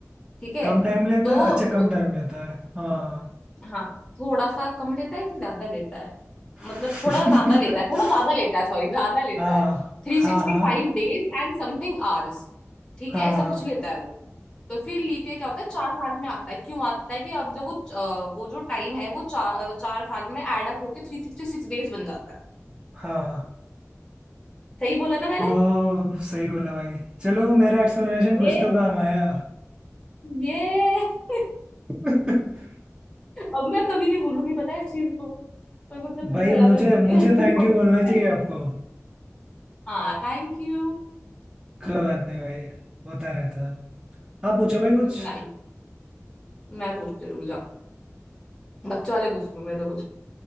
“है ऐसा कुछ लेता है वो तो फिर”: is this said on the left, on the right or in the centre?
Left